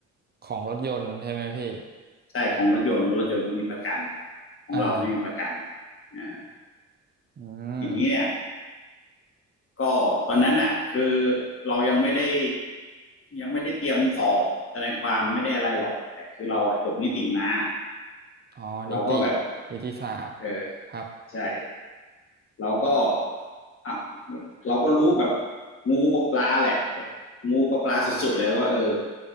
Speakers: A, on the right; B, on the left.
A: ของรถยนต์ใช่ไหมพี่
B: ใช่ของรถยนต์รถยนต์ก็มีประกันของเราไม่มีประกัน
A: อ่า
B: อ่า
A: อืม
B: ทีนี้เนี่ยก็ตอนนั้นอ่ะคือเรายังไม่ได้ยังไม่ได้เตรียมสอบทนายความไม่ได้อะไรหรอกแต่คือเราจบนิติมา
A: อ๋อนิติ
B: เราก็แบบ
A: นิติศาสตร์
B: เออ
A: ครับ
B: ใช่เราก็อ่ะเราก็รู้แบบงูกับปลาแหละงูกับปลาสุดๆเลยว่าเออ